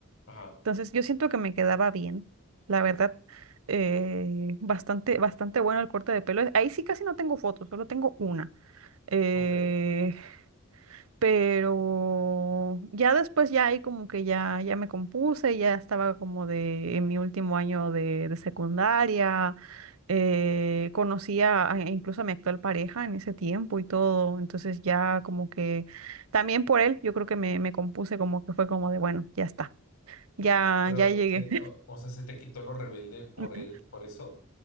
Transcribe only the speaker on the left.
Ajá,
ok.
Pero,
se- o, o sea, se te quitó lo rebelde por
él, por eso.